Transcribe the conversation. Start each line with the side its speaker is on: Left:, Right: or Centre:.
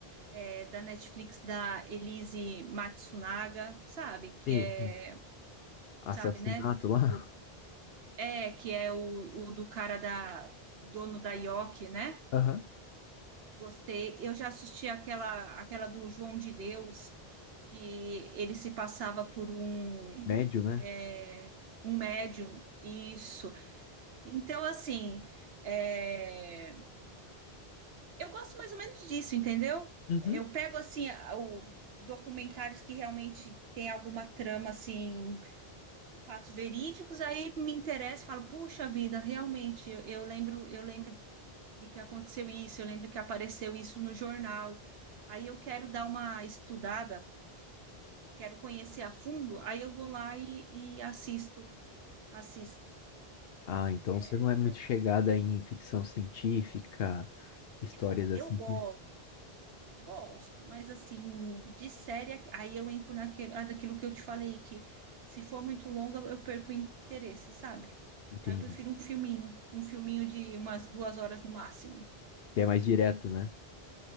Right: é, da Netflix da Elise Matsunaga, sabe? Que
Left: Tem
Right: é,
Left: assassinato
Right: sabe, né?
Left: lá.
Right: Do, é, que é o, o do cara da dono da Yoki, né?
Left: Aham.
Right: Gostei. Eu já assisti aquela, aquela do João de Deus, que ele se passava por um,
Left: Médio, né?
Right: é, um médium. Isso. Então, assim, é, eu gosto mais ou menos disso, entendeu?
Left: Uhum.
Right: Eu pego, assim, a- o... documentários que realmente tem alguma trama, assim, fatos verídicos, aí me interessa, falo, puxa vida, realmente, eu, eu lembro, eu lembro de que aconteceu isso, eu lembro que apareceu isso no jornal. Aí eu quero dar uma estudada, quero conhecer a fundo, aí eu vou lá e, e assisto, assisto.
Left: Ah, então
Right: É,
Left: você não é muito
Right: mas
Left: chegada em ficção científica, histórias
Right: eu,
Left: assim
Right: eu gosto,
Left: que.
Right: gosto, mas assim, de série, aí eu entro naquele, ah, daquilo que eu te falei, que se for muito longa, eu perco o interesse, sabe?
Left: Entendi.
Right: Aí eu prefiro um filminho, um filminho de umas duas horas no máximo.
Left: Que é mais direto, né?